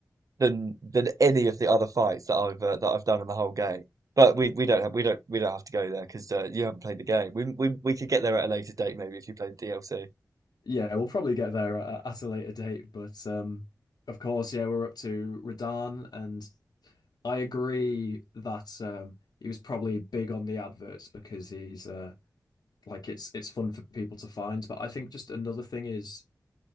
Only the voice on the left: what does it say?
Yeah, we'll probably get there at, at a later date, but um of course, yeah, we're up to Radan and I agree that um, he was probably big on the adverts because he's uh, like it's it's fun for people to find. But I think just another thing is